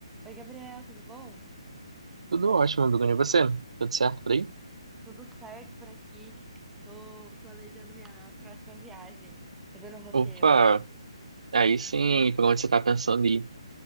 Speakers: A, in the centre; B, on the right (about 80°).
A: Oi, Gabriel, tudo bom?
B: Tudo ótimo, Bruno. E você? Tudo certo por aí?
A: Tudo certo por aqui. Tô planejando minha próxima viagem, fazendo o roteiro.
B: Opa, aí sim, por onde você tá pensando em ir?